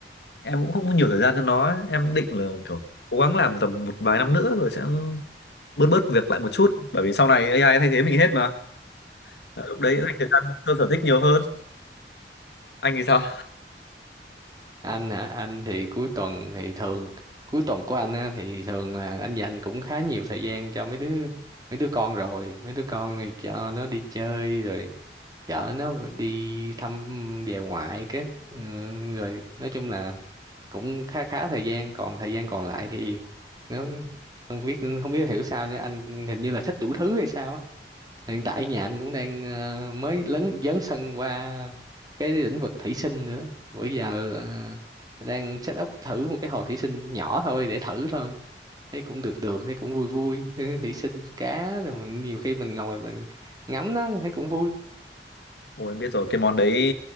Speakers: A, on the left; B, on the right.
A: em cũng không có nhiều thời gian cho nó ấy. em định là kiểu cố gắng làm tầm một vài năm nữa rồi sẽ bớt bớt việc lại một chút bởi vì sau này AI thay thế mình hết mà Đấy, lúc đấy dành thời gian cho sở thích nhiều hơn anh thì sao
B: anh hả anh thì cuối tuần thì thường cuối tuần của anh á, thì thường là anh dành cũng khá nhiều thời gian cho mấy đứa mấy đứa con rồi mấy đứa con thì cho nó đi chơi rồi chở nó đi thăm về ngoại cái ừ, rồi nói chung là cũng khá khá thời gian còn thời gian còn lại thì nó không biết không biết hiểu sao nữa anh hình như là thích đủ thứ hay sao á hiện tại nhà anh cũng đang ờ, mới lấn dấn sân qua cái lĩnh vực thủy sinh nữa bữa giờ ờ, đang set up thử một cái hồ thủy sinh nhỏ thôi để thử thôi thấy cũng được được thấy cũng vui vui <laughs> thủy sinh cá rồi mình nhiều khi mình ngồi mình ngắm nó thấy cũng vui
A: Ôi em biết rồi, cái món đấy